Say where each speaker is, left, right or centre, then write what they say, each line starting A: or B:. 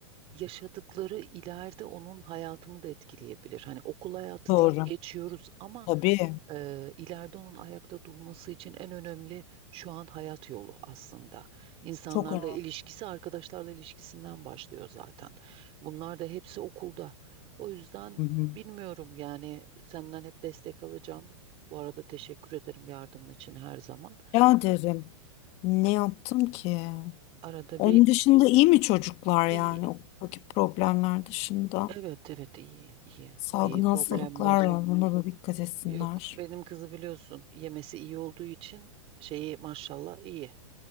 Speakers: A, on the right; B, on the left.
A: yaşadıkları ileride onun hayatını da etkileyebilir. Hani okul hayatı
B: Doğru.
A: deyip geçiyoruz ama
B: Tabii.
A: e, ileride onun ayakta durması için en önemli şu an hayat yolu aslında. İnsanlarla
B: Çok önemli.
A: ilişkisi, arkadaşlarla ilişkisinden başlıyor zaten. Bunlar da hepsi okulda. O yüzden
B: Hı hı.
A: bilmiyorum yani senden hep destek alacağım. Bu arada teşekkür ederim yardımın için her zaman.
B: Ya derim. Ne yaptım ki?
A: Arada
B: Onun
A: bir
B: dışında iyi mi çocuklar yani
A: iyi,
B: okuldaki problemler dışında?
A: evet evet iyi iyi
B: Salgın
A: bir problemimiz
B: hastalıklar var.
A: yok.
B: Ona da dikkat etsinler.
A: Yok benim kızı biliyorsun yemesi iyi olduğu için şeyi maşallah iyi.